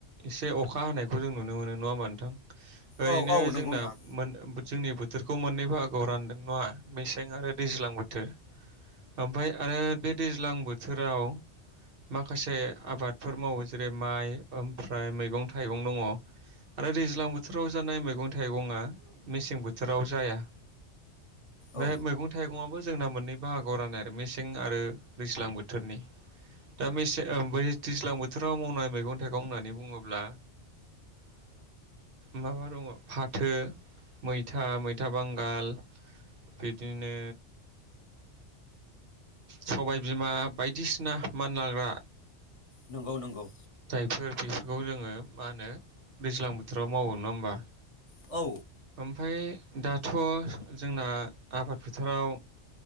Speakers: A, on the right; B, on the left.
A: एसे अखा हानायखौ जों नुनो मोनो नङा होमा नोंथां ओरैनो
B: औ औ
A: जोंना
B: नंगौ नोंथां
A: <unintelligible> थोरखौ मोननै बाहागोआव आव रानदों नङा मेसें आरो दैज्लां बोथोर ओमफ्राय आरो बे दैज्लां बोथोराव माखासे आबादफोर मावो जेरै माइ ओमफ्राय मैगं थाइगं दङ आरो दैज्लां बोथोराव जानाय मैगं थाइगंआ मेसें बोथोराव जाया बे
B: औ
A: मैगं थाइगं आबो जोंना मोन्नै बाहागोआव राननाय आरो मेसें आरो दैज्लां बोथोरनि दा मेसें ब दैज्लां बोथोराव मावनाय मैगं थाइगं होननानै बुङोब्ला माबा दङ फाथो मैथा मैथा बांगाल बिदिनो सबायबिमा बायदिसिना मानलाग्रा
B: नंगौ नंगौ
A: सोर बेफोरखौ जोङो मा होनो दैज्लां बोथोराव मावो नङा होमबा
B: औ
A: ओमफाय दाथ' जोंना आबाद फोथाराव